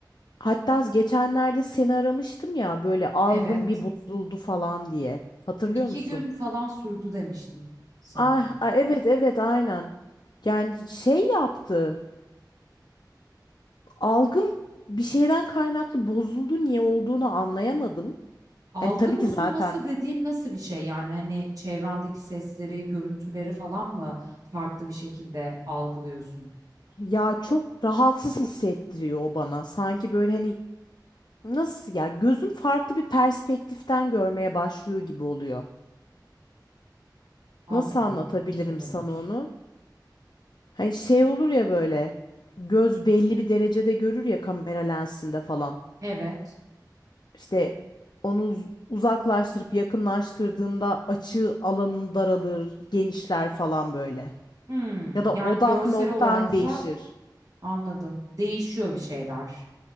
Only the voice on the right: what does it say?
Evet.
İki
gün falan sürdü demiştim sanırım.
Algı
bozulması
dediğin nasıl bir şey? Yani hani çevrendeki sesleri, görüntüleri falan mı farklı bir şekilde algılıyorsun?
Allah
Allah,
nasıl olabilir?
Evet.
Hmm,
yani
görsel
olarak
da anladım. Değişiyor bir şeyler.